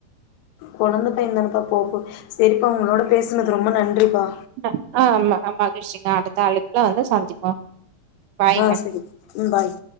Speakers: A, on the left; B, on the right.
A: கொழந்தப்ப இந்தானப்பா போகு சேரிப்பா உங்களோட பேசினது ரொம்ப நன்றிப்பா
B: அ ஆ ஆமா ஆ மகிழ்ச்சிங்க அடுத்த அழைப்ல வந்து சந்திப்போ பாய்ங்க
A: ஆ சரி ம் பாய்